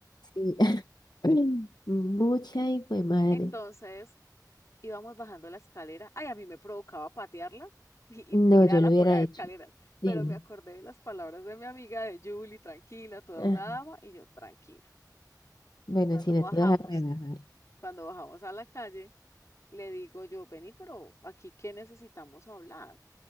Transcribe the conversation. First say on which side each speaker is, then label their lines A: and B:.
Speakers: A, on the left; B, on the left.
A: sí. <laughs> Mucha y fue madre.
B: Entonces íbamos bajando la escalera. Ay, a mí me provocaba patearla <laughs> y,
A: No,
B: y tirarla
A: yo lo hubiera
B: por las
A: hecho.
B: escaleras. Pero
A: Sí.
B: me acordé de las palabras de mi amiga de Julie, tranquila, toda
A: Ah,
B: una dama, y yo tranquila.
A: bueno,
B: Cuando
A: si no
B: bajamos,
A: te ibas a rebajar.
B: cuando bajamos a la calle, Le digo yo, vení, pero aquí qué necesitamos hablar,